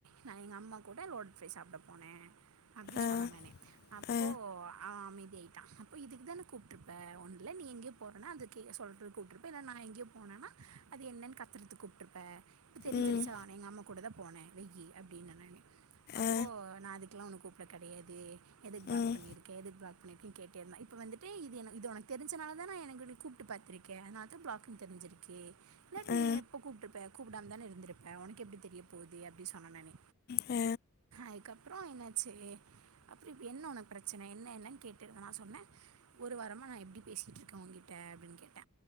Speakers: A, on the right; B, on the left.
A: நா எங்க அம்மா கூட லோடட்ப்ரை சாப்ட போன அப்டி
B: ஆ
A: சொன்ன நானு அப்போ
B: ஆ
A: அவ அமைதியாய்ட்டா இப்ப இதுக்குதான கூப்ட்ருப்ப ஒன்துல நீ எங்கியோ போறன்னா அதுக்கு சொல்றதுக் கூப்ட்றுப்ப இல்ல நா எங்கியோ அது என்னன் கத்தறதுக் கூப்டுருப்ப இப்ப தெரிஞ்சிருச்சா
B: ம்
A: எங்க அம்மா கூட தா போன வெய்யி அப்டின்ன நானு அப்போ
B: ஆ
A: நா அதுக்கலா ஒன்னு கூப்ட கெடையாது எதுக் ப்ளாக்
B: ம்
A: பண்ணிருக்க எதுக் ப்ளாக் பண்ணிருக்க கேட்டேருந்தா இப்ப வந்துட்டு இது எனக் இது ஒனக் தெரிஞ்சனாலதான எனக்கு நீ கூப்டு பாத்துருக்க அதனாலதா ப்ளாக்கு தெரிஞ்சிருக்கு இல்லாட் நீ
B: ஆ
A: எ ப்ப கூப்ட்றுப்ப கூப்டாம தான இருந்திருப்ப ஒனக்கெப்டி தெரிய போது அப்டி சொன்ன நானு
B: அ
A: அதுக்கப்றோ என்னாச்சி அப்றோ இப்ப என்ன ஒனக்கு பிரச்சன என்ன என்னன் கேட்டேருந்தா நா சொன்ன ஒரு வாரமா நா எப்டி பேசிட்ருக்க ஒகிட்ட அப்டின் கேட்ட